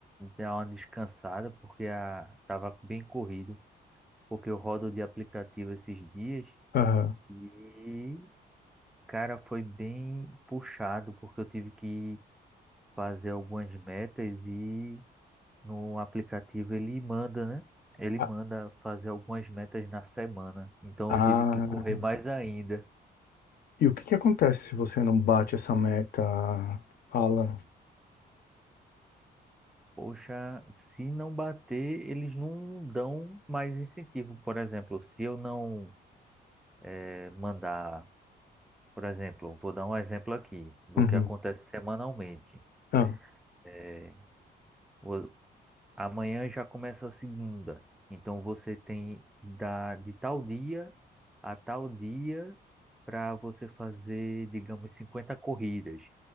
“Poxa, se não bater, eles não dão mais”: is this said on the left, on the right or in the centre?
Centre